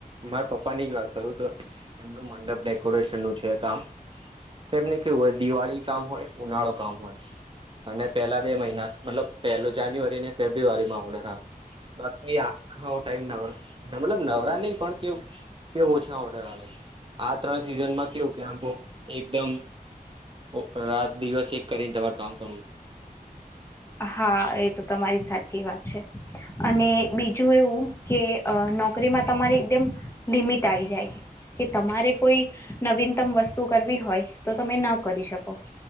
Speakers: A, on the right; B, on the left.
A: મારા પપ્પા ની જ વાત કરું તો એમનું મંડપ ડેકોરેશન નું છે કામ તો એમને કેવું હોય દિવાળી કામ હોય ઉનાળો કામ હોય. અને પેલા બે મહિના મતલબ પેલો જાન્યુઆરી ને ફેબ્રુઆરી માં ઓર્ડર આવે. બાકી આખો ટાઈમ નવ મલબ નવરા નહ પણ કેવું કેવ ઓછા ઓર્ડર આવે આ ત્રણ સિઝનમાં કેવું કે આમ બવ એકદમ ઓ રાત દિવસ એક કરીને તમારે કામ કરવું પડે
B: હા એ તો તમારી સાચી વાત છે. અને બીજું એવું કે નોકરીમાં તમારી એકદમ લિમિટ આઈ જાય. કે તમારે કોઈ નવીનતમ વસ્તુ કરવી હોય તો તમે ન કરી શકો